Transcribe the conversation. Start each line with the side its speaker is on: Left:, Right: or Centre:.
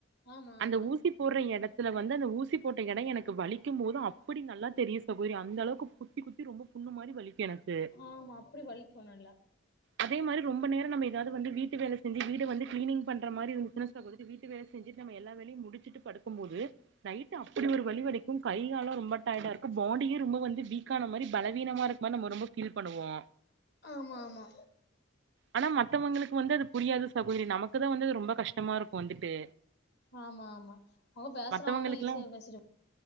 Left: ஆமா
Right: அந்த
Left: ஆமா
Right: ஊசி போடுற எடத்துல வந்து அந்த ஊசி போட்ட எடோ எனக்கு வலிக்கு போது அப்டி நல்லா தெரியு சகோதரி அந்த அளவுக்கு குத்தி குத் தி ரொம்ப புண்ணு மாரி வலிகி எனக்கு
Left: ஆமா அப்டி வலிக்கு நல்லா
Right: அதே மாரி ரொம்ப நேர நம்ம ஏதாது வந்து வீட்டு வேல செஞ்சி வீடு வந்து கிளீனிங் பண்ற மாரி இருந்துச்சுன சகோதரி வீட்டு வேல செஞ்சுட்டு நம்ம எல்லா வேலையு முடிச்சுட்டு படுத் கு போது நைட் அப்டி ஒரு வலி வலிக்கு கை கால்லா ரொம்ப டயர்டா இருக்கு பாடியே ரொம்ப வந்து வீ க்கான மாரி பலவீனமாருக் மாரி நம்ம ரொம்போ ஃபீல் பண்ணுவோ
Left: ஆமா ஆமா
Right: ஆனா மத்தவங்களுக்கு வந்து அது புரியாது சகோதரி நமக்குதா வந்து அது ரொம்ப கஷ்டமா இருக்கு வந்துட்டு
Left: ஆமா ஆமா அவுங்க பேஸ்றவங்கல்லா
Right: மத்தவங்களுக்குல்லா
Left: ஈஸியா பேசிட்டு